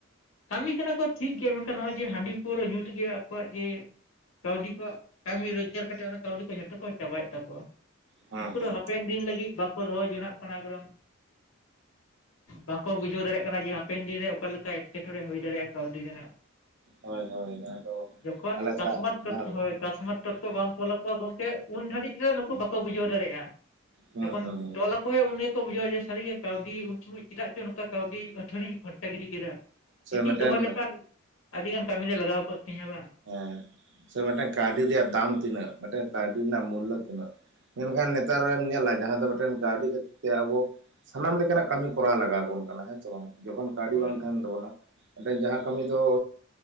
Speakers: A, on the left (about 70°); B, on the right (about 60°).
A: ᱠᱟᱹᱢᱤ ᱠᱟᱱᱟ ᱠᱚ ᱴᱷᱤᱠ ᱜᱮ ᱢᱮᱱᱠᱷᱟᱱ ᱱᱚᱜᱚᱭ ᱡᱮ ᱦᱟᱺᱰᱤ ᱯᱟᱹᱣᱨᱟᱹ ᱧᱩᱛᱮᱜᱮ ᱟᱠᱚᱣᱟᱜ ᱡᱮ ᱠᱟᱹᱣᱰᱤ ᱠᱚᱣᱟᱜ ᱠᱟᱹᱢᱤ ᱨᱳᱡᱽᱜᱟᱨ ᱠᱟᱛᱮᱫ ᱚᱱᱟ ᱠᱟᱹᱣᱰᱤ ᱠᱚ ᱡᱷᱚᱛᱚ ᱠᱚ ᱪᱟᱵᱟᱭᱮᱫ ᱛᱟᱠᱚᱣᱟ
B: ᱦᱮᱸ
A: ᱩᱱᱠᱩ
B: ᱦᱮᱸ
A: ᱫᱚ ᱦᱟᱯᱮᱱ ᱫᱤᱱ ᱞᱟᱹᱜᱤᱫ ᱵᱟᱠᱚ ᱫᱚᱦᱚ ᱡᱚᱱᱟᱜ ᱠᱟᱱᱟ ᱠᱟᱨᱚᱱ ᱵᱟᱠᱚ ᱵᱩᱡᱷᱟᱹᱣ ᱫᱟᱲᱮᱭᱟᱜ ᱠᱟᱱᱟ ᱡᱮ ᱦᱟᱯᱮᱱ ᱫᱤᱱᱨᱮ ᱚᱠᱟ ᱞᱮᱠᱟ ᱮᱴᱠᱮᱴᱚᱬᱮ ᱦᱩᱭ ᱫᱟᱲᱮᱭᱟᱜᱼᱟ ᱠᱟᱹᱣᱰᱤ ᱨᱮᱱᱟᱜ
B: ᱦᱳᱭ ᱦᱳᱭ ᱡᱟᱦᱟᱸ ᱫᱚ
A: ᱡᱚᱠᱷᱚᱱ
B: ᱟᱞᱮ
A: ᱠᱟᱥᱢᱚᱛ
B: ᱥᱟᱜ ᱡᱟᱦᱟᱸ
A: ᱴᱚᱴ
B: ᱫᱚ
A: ᱠᱟᱥᱢᱚᱛ ᱴᱚᱴᱠᱚ ᱵᱟᱝ ᱛᱚᱞᱟᱠᱚ ᱜᱚᱝᱠᱮ ᱩᱱ ᱫᱷᱟᱹᱨᱤᱡ ᱫᱚ ᱱᱩᱠᱩ ᱵᱟᱠᱚ ᱵᱩᱡᱷᱟᱹᱣ ᱫᱟᱲᱮᱭᱟᱜᱼᱟ,
B: ᱦᱩᱸ
A: ᱡᱚᱠᱷᱚᱱ
B: ᱦᱩᱸ ᱦᱩᱸ
A: ᱛᱚᱞ ᱟᱠᱚᱭᱟᱭ ᱩᱱᱤ ᱜᱮᱠᱚ ᱵᱩᱡᱷᱟᱹᱣᱟ ᱡᱮ ᱥᱟᱹᱨᱤᱜᱮ ᱠᱟᱹᱣᱰᱤ, ᱩᱱ ᱡᱷᱩᱡ ᱪᱮᱫᱟᱜ ᱪᱚᱝ ᱱᱚᱝᱠᱟ ᱠᱟᱹᱣᱰᱤ ᱟᱹᱛᱷᱟᱹᱲᱤᱧ ᱠᱷᱚᱨᱪᱟ ᱜᱤᱰᱤ ᱠᱮᱫᱟ,
B: ᱥᱮ
A: ᱱᱤᱛ
B: ᱢᱤᱫᱴᱮᱱ
A: ᱤᱧ ᱫᱚᱦᱚ ᱞᱮᱠᱷᱟᱱ ᱟᱹᱰᱤ ᱜᱟᱱ ᱠᱟᱹᱢᱤ ᱨᱮ ᱞᱟᱜᱟᱣ ᱠᱚᱫ ᱛᱤᱧᱟᱹ ᱵᱟᱝ
B: ᱦᱮᱸ ᱥᱮ ᱢᱤᱫᱴᱟᱝ ᱠᱟᱹᱣᱰᱤ ᱨᱮᱭᱟᱜ ᱫᱟᱢ ᱛᱤᱱᱟᱹᱜ ᱢᱤᱫᱴᱟᱝ ᱠᱟᱹᱣᱰᱤ ᱨᱮᱱᱟᱜ ᱢᱩᱞᱞᱚ ᱛᱤᱱᱟᱹᱜ ᱢᱮᱱᱠᱷᱟᱱ ᱱᱮᱛᱟᱨᱮᱢ ᱧᱮᱞᱟ ᱡᱟᱦᱟᱸ ᱫᱚ ᱢᱤᱫᱴᱮᱱ ᱠᱟᱹᱣᱰᱤ ᱠᱷᱟᱹᱛᱤᱨ ᱛᱮ ᱟᱵᱚ ᱥᱟᱱᱟᱢ ᱞᱮᱠᱟᱱᱟᱜ ᱠᱟᱹᱢᱤ ᱠᱚᱨᱟᱣ ᱞᱟᱜᱟᱣ ᱵᱚᱱ ᱠᱟᱱᱟ ᱦᱮᱸᱥᱮ ᱵᱟᱝ ᱡᱚᱠᱷᱚᱱ ᱠᱟᱹᱣᱰᱤ
A: ᱦᱳᱭ
B: ᱵᱟᱝ
A: ᱜᱚᱝᱠᱮ
B: ᱛᱟᱦᱮᱱ ᱛᱟᱵᱚᱱᱟ, ᱮᱱ ᱡᱟᱦᱟᱸ ᱠᱟᱹᱢᱤ ᱫᱚ